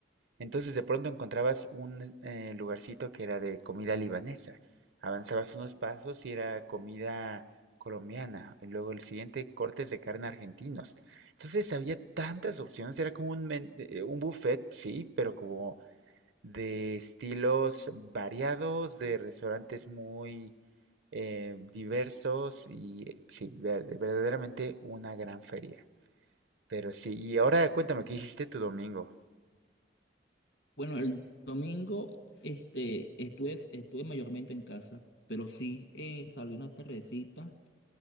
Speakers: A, on the right; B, on the left.
A: Entonces de pronto encontrabas un eh, lugarcito que era de comida libanesa. Avanzabas unos pasos y era comida colombiana. Y luego el siguiente, cortes de carne argentinos. Entonces había tantas opciones. Era como un, men- eh, un buffet, sí, pero como de estilos variados, de restaurantes muy eh, diversos y eh, sí, ver- verdaderamente una gran feria. Pero sí, y ahora cuéntame, ¿qué hiciste tu domingo?
B: Bueno, el domingo este, estuve, estuve mayormente en casa, pero sí eh, salí una tardecita